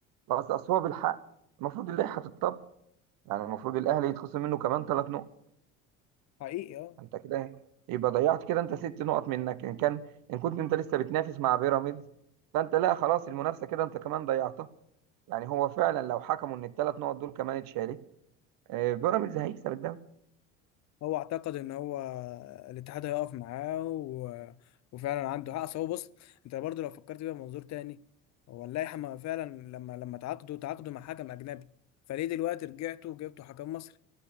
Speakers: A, on the right; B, on the left.
A: بس اصل هو بالحق المفروض اللائحه تتطبق يعني المفروض الاهلي يتخصم منه كمان ثلاث نقط
B: حقيقي اه
A: انت كده إيه؟ يبقى ضيعت كده انت ست نقط منك ان كان ان كنت انت لسه بتنافس مع بيراميدز فانت لا خلاص المنافسه كده انت كمان ضيعتها يعني هو فعلا لو حكموا ان الثلاث نقط دول كمان اتشالت آه، بيراميدز هيكسب الدوري
B: هو اعتقد ان هو الاتحاد هيقف معاه و... وفعلا عنده حق أصل هو بص انت برضو لو فكرت بيها بمنظور تاني هو اللائحه ما فعلا لما لما تعاقدوا تعاقدوا مع حكم اجنبي فليه دلوقتي رجعتوا وجبتوا حكم مصري